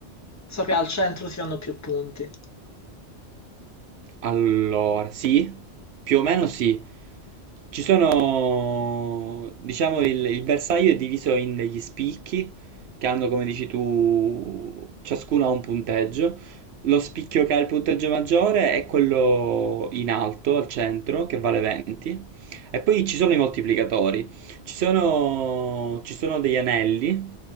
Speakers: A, on the left (about 15°); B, on the right (about 70°).
A: so che al centro si fanno più punti.
B: Allora, sì, più o meno sì. Ci sono, diciamo, il, il bersaglio è diviso in degli spicchi che hanno, come dici tu, ciascuno ha un punteggio. Lo spicchio che ha il punteggio maggiore è quello in alto, al centro, che vale 20. E poi ci sono i moltiplicatori. Ci sono, ci sono degli anelli